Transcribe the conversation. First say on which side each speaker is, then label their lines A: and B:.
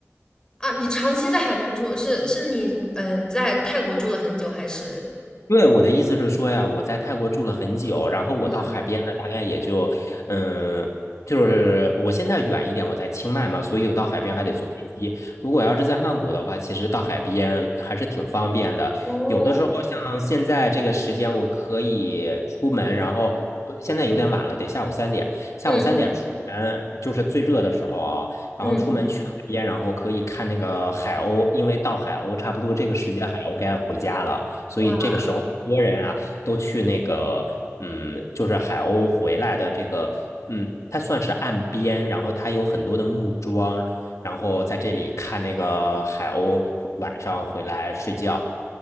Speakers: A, on the left; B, on the left.
A: 啊，你长期在海边住，是是你嗯在泰国住了很久，还是？
B: 对，我的意思是说呀，我在泰国住了很久，然后我到海边呢，
A: 嗯，
B: 大概也就，嗯，就是我现在远一点，我在清迈嘛，所以我到海边还得坐飞机。如果要是在曼谷的话，其实到海边还是挺方便的。
A: 哦，
B: 有的时候像现在这个时间，我可以出门，然后呃现在有点晚了，得下午三点，下午三点出门就是最热的时候啊，
A: 嗯
B: 然后出门去海边，
A: 嗯，
B: 然后可以看那个海鸥，因为到海鸥差不多这个时间，海鸥该回家了。所以这个时候，
A: 哇
B: 很多人啊都去那个，嗯，就是海鸥回来的这个，嗯，它算是岸边，然后它有很多的木桩，然后在这里看那个海鸥晚上回来睡觉。